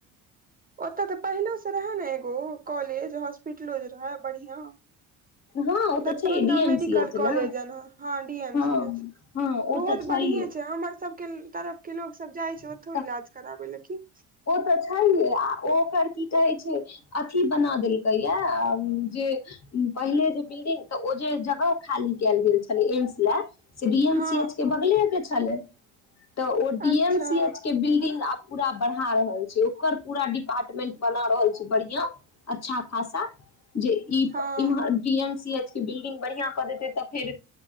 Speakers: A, on the right; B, on the left.
A: ओतय तऽ पहिलो से रहे ने एगो कॉलेज हॉस्पिटलो जे रहे बढ़िया।
B: हँ ओ
A: Darbhanga
B: तऽ छै D M
A: medical
B: C H
A: कॉलेज
B: ने
A: हं डी एम
B: हँ
A: सी एच
B: हँ ओ
A: हो
B: तऽ
A: तो
B: छैहे
A: बढीये छै हमर सबके। तरफ के लोग सब। जाइ छै ओथो
B: तऽ
A: इलाज कराबै ल की।
B: तऽ छैहे ह। ओ ओकर की कहै छै। अथी बना देलकैए जे पहिले जे बिल्डिंग तऽ ओ जे जगह खाली कयल गेल छलै एम्स लए। से बी एम
A: हँ
B: सी एच के बगले। के छले। तऽ ओ डी
A: अच्छा
B: एम सी एच। बब पूरा बढ़ा रहल छै ओकर पूरा डिपार्टमेंट बना रहल छै बढ़आ अच्छा खासा। जे ईी
A: हँ
B: इमहर डी एम सीएच। बिल्डिंग बढ़िया कर देते तऽ फेर